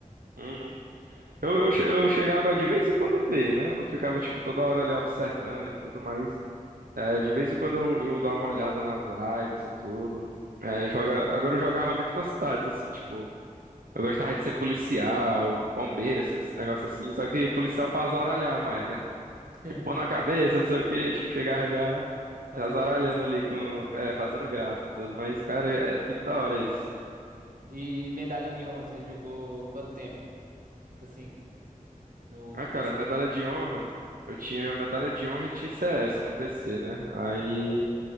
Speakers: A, on the right; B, on the right.
A: Uhum. Eu, eu, che- eu chegava de vez em quando ver, né, eu não ficava, tipo, toda hora ali observando e tudo, mas é, de vez em quando eu, eu dava uma olhada nas lives e tudo. É, joga, agora eu jogava muito nas cidades, assim, tipo... Eu gostava de ser policial, bombeiro, esses negócios assim, só que policial pra azaralhar mais, né? <laughs>
B: <laughs>
A: Tipo, pôr na cabeça, não sei o quê, tipo, chegava já,
B: Fazendo
A: já azaralhando
B: graça.
A: ali, com, é, fazendo graça e tudo. Mas, cara, é, era muito da hora isso.
B: E medalha de honra, você jogou quanto tempo? Tipo assim, no,
A: Ah,
B: no
A: cara,
B: PC.
A: medalha de honra, eu tinha medalha de honra e tinha CS no PC, né? Aí,